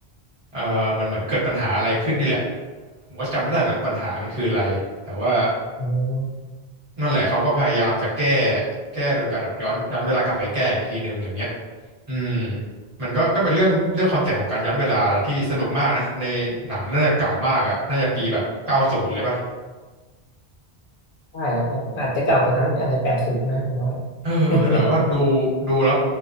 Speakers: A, on the right; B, on the left.
A: เออมันเหมือนเกิดปัญหาอะไรขึ้นนี่แหละผมก็จำไม่ได้เหมือนกันว่าปัญหามันคืออะไรแต่ว่า
B: อืม
A: นั่นแหละเขาก็พยายามจะแก้แก้โดยการแบบย้อนย้อนเวลากลับไปแก้อีกทีหนึ่งอย่างเงี้ยอืมมันก็ก็เป็นเรื่องเรื่องคอนเซปต์ของการย้อนเวลาที่สนุกมากนะในหนังน่าจะเก่ามากอะน่าจะปีแบบเก้าศูนย์เลยป่ะ
B: ใช่ครับอาจจะเก่ากว่านั้นอีกอาจจะแปดสิบนะผมว่า
A: เออเออแต่ว่าดู
B: <laughs>
A: ดูแล้ว